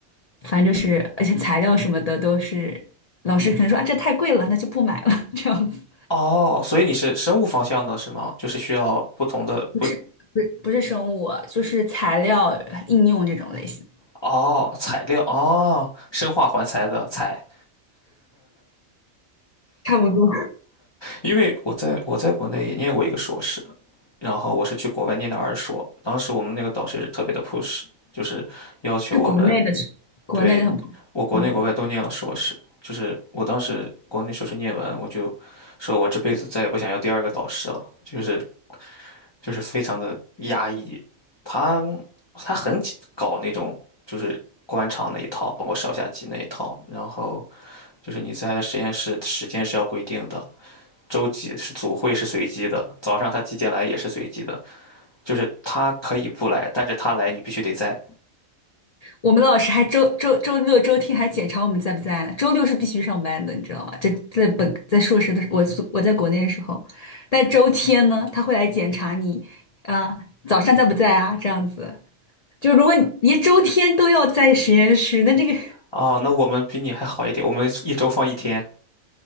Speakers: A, on the left; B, on the left.
A: 反正就是，而且材料什么的都是老师可能说啊，这太贵了，那就不买了，这样子。
B: 哦，所以你是生物方向的是吗？就是需要不同的不，
A: 不是不是不是生物，就是材料应用这种类型，
B: 哦，材料，哦，生化环材的材。
A: 差不多。
B: 因为我在我在国内也念过一个硕士，然后我是去国外念的二硕。当时我们那个导师也是特别的 push，就是要求我们
A: 是国内的国内的很不，
B: 对我国内国外都念了硕士。
A: 嗯，
B: 就是我当时国内硕士念完，我就说我这辈子再也不想要第二个导师了，就是就是非常的压抑。他他很搞那种就是官场那一套，包括上下级那一套，然后就是你在实验室时间是要规定的。周几是组会是随机的，早上他几点来也是随机的，就是他可以不来，但是他来你必须得在。
A: 我们老师还周周周六周天还检查我们在不在呢，周六是必须上班的，你知道吗？这在本在硕士的时候我宿我在国内的时候，但周天呢，他会来检查你，啊、早上在不在啊？这样子，就如果你连周天都要在实验室，那这个
B: 啊，那我们比你还好一点，我们一周放一天。